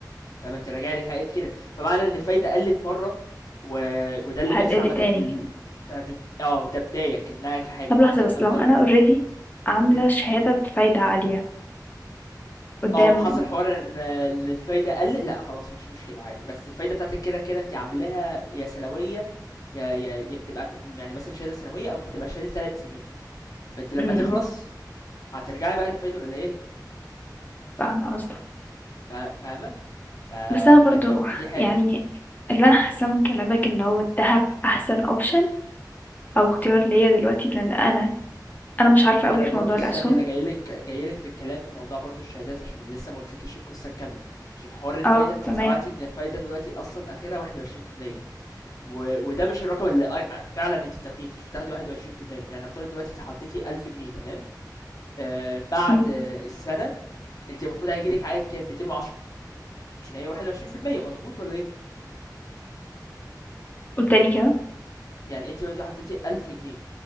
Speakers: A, on the left; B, on the left.
A: فما انت راجع لك عائد كده فمعنى ان الفايدة قلت مرة و... وده اللي
B: هتقل
A: بيحصل عامة
B: تاني
A: في ال... فبت... اه ده بداية كأنها كحاجة
B: طب
A: فانت
B: لحظة
A: نفترض
B: بس لو أنا already عاملة
A: مم.
B: شهادة بفايدة عالية قدام
A: اه وحصل حوار ان إن الفايدة قلت لا خلاص مفيش مشكلة عادي بس الفايدة بتاعتك كده كده انت عاملاها يا سنوية يا يا يا بتبقى يعني مثلا شهادة سنوية او بتبقى شهادة ثلاث سنين فانت لما
B: م- م،
A: تخلص هترجعي بقى للفايده القليله
B: فاهمة قصدك
A: فا- فاهمه ف...
B: بس أنا
A: فدي
B: برضو
A: دي حاجه
B: يعني اللي أنا حاساه من كلامك إن هو الذهب أحسن أوبشن أو اختيار ليا دلوقتي لأن أنا أنا مش عارفة
A: ما
B: أوي
A: انا برضو
B: في موضوع
A: استني
B: الأسهم
A: انا جاي لك جاي لك في الكلام في موضوع برضو الشهادات عشان لسه ما قلتلكيش القصه الكامله عشان حوار الفايده
B: اه
A: انت
B: تمام
A: سمعتي ان الفايده دلوقتي اصلا اخرها 21% و... وده مش الرقم اللي أ- أ- فعلا انت بتاخديه انت مش بتاخدي 21% يعني نفترض دلوقتي انت حطيتي 1000 جنيه تمام آه بعد
B: م،
A: آه، السنه انت المفروض هيجي لك عائد كام 210 عشان هي 21% مظبوط ولا ايه
B: قول تاني كده
A: يعني انت دلوقتي حطيتي 1000 جنيه